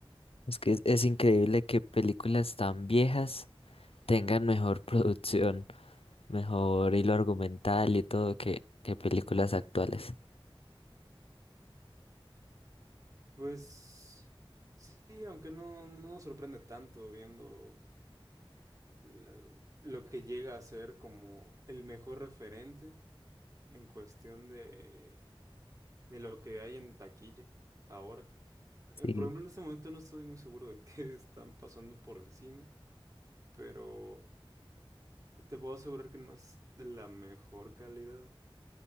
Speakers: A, on the left; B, on the right.
A: Es que es, es increíble que películas tan viejas tengan mejor <laughs> producción, mejor hilo argumental y todo que, que películas actuales.
B: Pues sí, aunque no, no nos sorprende tanto viendo la- lo que llega a ser como el mejor referente en cuestión de, de lo que hay en taquilla ahora. Eh,
A: Sí.
B: Por ejemplo, en este momento no estoy muy seguro de qué <laughs> están pasando por el cine, pero te puedo asegurar que no es de la mejor calidad.